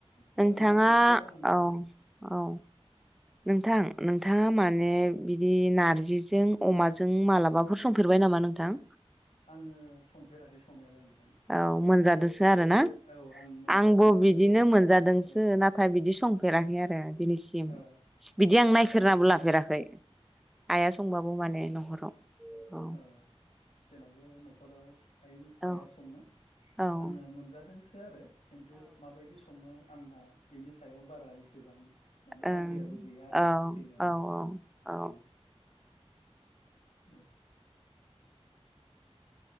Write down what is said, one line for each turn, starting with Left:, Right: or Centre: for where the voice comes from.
Left: दा
Centre: नोंथाङा
Left: अनला ओंख्रियाव आङो
Centre: औ औ नोंथां नोंथाङा माने बिदि नारजिजों अमाजों मालाबाफोर संफेरबाय नामा नोंथां
Left: आङो संफेराखै संनायालाय नोंथां
Centre: औ मोनजादोसो आरोना
Left: औ आं मोनजादों
Centre: आंबो बिदिनो
Left: ओमफ्राय
Centre: मोनजादोंसो
Left: औ
Centre: नाथाय बिदि संफेराखै आरो दिनैसिम
Left: औ
Centre: बिदि आं नायफेरनाबो लाफेराखै आइया संबाबो माने न'खराव औ
Left: ओ जेनाबो न'खराव आइ मो
Centre: औ
Left: आइया सङो
Centre: औ
Left: आङो मोनजादोंसो आरो खिन्थु माबायदि सङो आंहा बिनि सायाव बारा एसेबां माने
Centre: ओं
Left: आइडियाबो गैया आरो
Centre: औ
Left: गैनायालाय
Centre: औ
Left: बिदि
Centre: औ
Left: औ